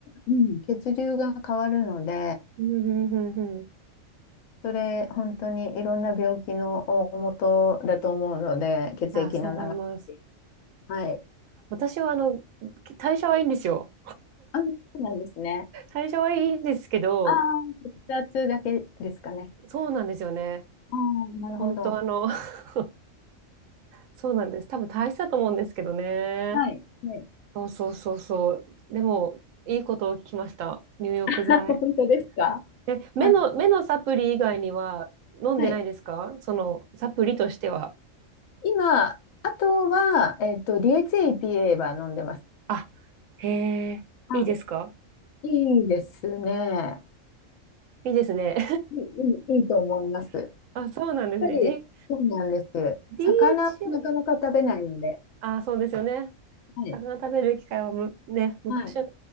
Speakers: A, on the left; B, on the right.
A: うん、血流が変わるので、
B: うん、うん、うん、うん。
A: それ本当にいろんな病気の大元だと思うので、血液の流れ。
B: ああ、そう思います。
A: はい。
B: 私はあの、代謝はいいんですよ。
A: あ、そうなんですね。
B: 代謝はいいんですけど、
A: ああ、血圧だけですかね。
B: そうなんですよね。
A: ああ、なるほど。
B: 本当あの、<laughs> そうなんです。多分大したと思うんですけどね。
A: はい。はい
B: そうそうそうそう。でも、いいことを聞きました。入浴剤。
A: <laughs> 本当ですか
B: え、目の、
A: あ、
B: 目のサプリ以外には飲んでないですかその、
A: はい。
B: サプリとしては。
A: 今、あとは、えっと、DHA、EPA は飲んでます。
B: あ、へえ、
A: は
B: いいですか
A: い。いいですね。
B: いいですね。
A: いい、いいいいと思います。やっ
B: <laughs> あ、そうなんですね。
A: ぱり、
B: D、
A: そうなんです。
B: DHA?
A: 魚をなかなか食べないので。
B: あ、そうですよね。
A: はい。
B: 魚食べる機会はむ、ね、昔の
A: はい。